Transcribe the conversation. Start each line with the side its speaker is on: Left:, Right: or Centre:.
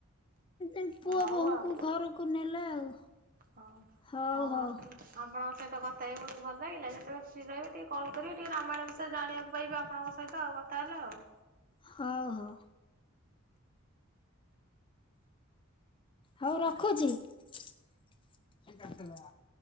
Left: ଏ ପୁଅ
Right: ହଉ
Left: ବୋହୂଙ୍କୁ
Right: ଆଉ
Left: ଘରକୁ ନେଲା ଆଉ।
Right: ହଁ
Left: ହଉ
Right: ହୋଉ
Left: ହଉ
Right: ଆସୁଚି। ଆପଣଙ୍କ ସହିତ କଥା ହେଇ ବୋହୁତ ଭଲ ଲାଗିଲା ଯେତେବେଳେ ଫ୍ରିରହିବେ ଟିକେ କଲ କରିବେ ଟିକେ ରାମାୟଣ ବିଷୟରେ ଜଣିବାକୁ ପାଇବା। ଆପଣଙ୍କ ସହିତ ଆଉ କଥା ହେଲେ ଆଉ।
Left: ହୋଉ ହୋଉ। ହୋଉ ରଖୁଚି। <inaudible>